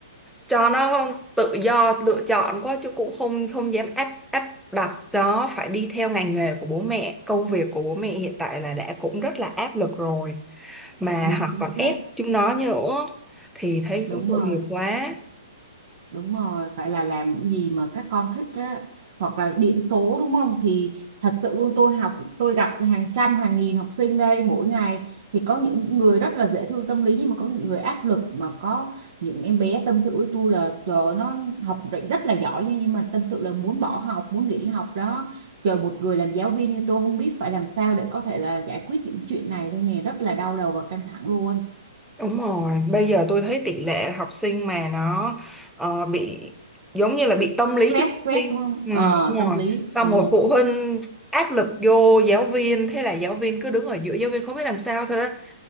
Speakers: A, in the centre; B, on the right (about 55°).
A: cho nó tự do lựa chọn quá chứ cũng không không dám áp áp đặt nó phải đi theo ngành nghề của bố mẹ công việc của bố mẹ hiện tại là đã cũng rất là áp lực rồi mà
B: đúng
A: họ
B: chính
A: còn
B: xác
A: ép chúng nó nữa thì thấy
B: đúng
A: cũng tội
B: rồi
A: nghiệp quá
B: Đúng rồi, phải là làm những gì mà các con thích á hoặc là điểm số đúng không? Thì thật sự luôn tôi học tôi gặp hàng trăm hàng nghìn học sinh đây mỗi ngày thì có những người rất là dễ thương tâm lý nhưng mà có những người áp lực mà có những em bé tâm sự với tôi là trời ơi, nó học rất rất là giỏi nha nhưng mà tâm sự là muốn bỏ học, muốn nghỉ học đó. Trời một người làm giáo viên như tôi không biết phải làm sao để có thể là giải quyết những chuyện này đây nè, rất là đau đầu và căng thẳng luôn.
A: Đúng rồi, bây giờ tôi thấy tỷ lệ học sinh mà nó ờ, bị giống như là bị tâm lý
B: Stress
A: trước khi
B: stress
A: thi.
B: đúng không?
A: Ừ,
B: Ờ
A: đúng
B: tâm
A: rồi.
B: lý.
A: Xong
B: Ừ.
A: một phụ huynh áp lực vô giáo viên, thế là giáo viên cứ đứng ở giữa, giáo viên không biết làm sao. Thật ra